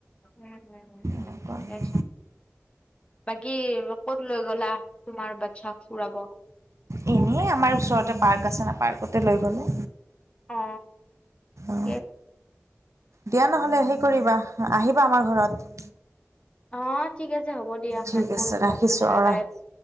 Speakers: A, on the left (about 25°); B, on the right (about 75°).
A: উম উম উম
B: তেনেকুৱা
A: উ সছা বাকী ক'ত লৈ গলা তোমাৰ বাচ্ছাক ফুৰাব
B: এনেইে আমাৰ ওচৰতে পাৰ্ক আছে ন পাৰ্কতে লৈ গ'লে
A: অ ঠিকে
B: অ দিয়া নহলে হেই কৰিবা আহিবা আমাৰ ঘৰত
A: অ ঠিক আছে হ'ব দিয়া
B: ঠিক
A: ৰাখো
B: আছে
A: এতিয়া
B: ৰাখিছোঁ
A: বাই
B: অঁ
A: bye